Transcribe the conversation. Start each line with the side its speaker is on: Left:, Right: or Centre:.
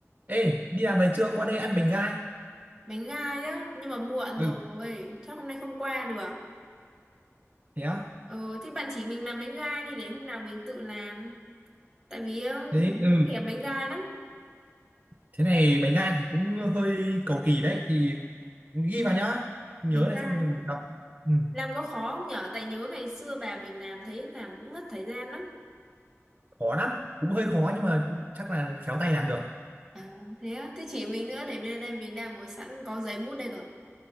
Right: Ê, đi làm về chưa? Qua đây ăn bánh gai.
Centre: bánh gai á nhưng mà muộn
Right: ừ
Centre: rồi chắc hôm nay không qua được
Right: Thế á?
Centre: ừ, thế bạn chỉ mình làm bánh gai đi để hôm nào mình tự làm tại vì ờ,
Right: Thế,
Centre: mình
Right: ừ.
Centre: cũng thèm bánh gai lắm
Right: Thế này bánh gai thì cũng hơi cầu kỳ đấy. Thì ghi vào nhá. Nhớ
Centre: bánh
Right: này
Centre: gai
Right: xong mình
Centre: á
Right: đọc. Ừ,
Centre: làm có khó không nhở tại nhớ ngày xưa bà mình làm thấy làm cũng mất thời gian lắm
Right: khó lắm. Cũng hơi khó nhưng mà chắc là khéo tay làm được.
Centre: à thế á thế chỉ mình nữa để bên đây mình đang ngồi sẵn có giấy bút đây rồi